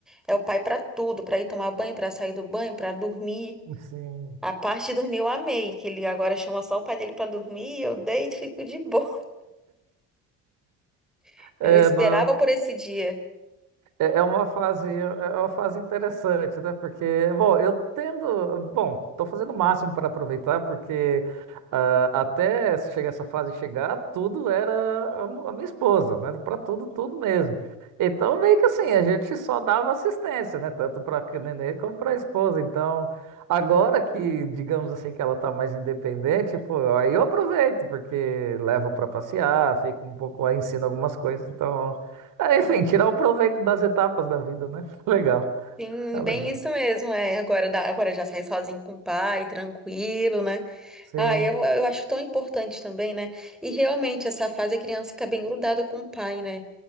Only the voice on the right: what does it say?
Sim.
É,
nó-
É é uma fase, é é uma fase interessante, né? Porque, bom, eu tendo, bom, tô fazendo o máximo para aproveitar, porque ah, até chegar essa fase chegar, tudo era a, mu- a minha esposa, né? Para tudo, tudo mesmo. Então, meio que assim, a gente só dava assistência, né? Tanto para a nenê como para a esposa. Então, agora que, digamos assim, que ela tá mais independente, pô, aí eu aproveito, porque levo para passear, fico um pouco aí, ensino algumas coisas, então. É, Enfim, tirar o proveito das etapas da vida, né? <laughs> Legal,
é legal.
Sim,